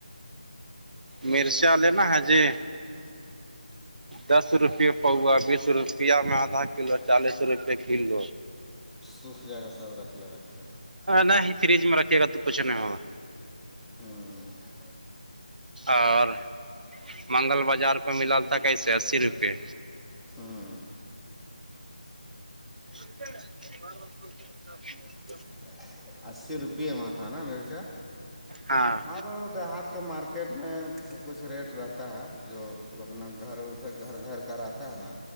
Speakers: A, on the right; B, in the centre.
A: مرچ لےینا ہے جی دس روپے پؤوا بیس روپ روپیہ میں آدا کلو چالیس روپے کلو
B: سوکھ جا کےہ سب رکھل رکھل
A: نہیں فریج میں رکھیے گا تو کچھ نہیں ہوگا
B: ہوں
A: اور منگل بازار کو ملال تھا کیسے اسی روپے
B: ہاں
A: <unintelligible>
B: ج اسی روپیے میں تھا نا میرے کیا
A: ہاں
B: ہ دیہات کا مارکیٹ مارکیٹ میں س کچھ ریٹ رہتا ہے جو اپنا گھر ا سے گھر گھر کا رہتا ہے نا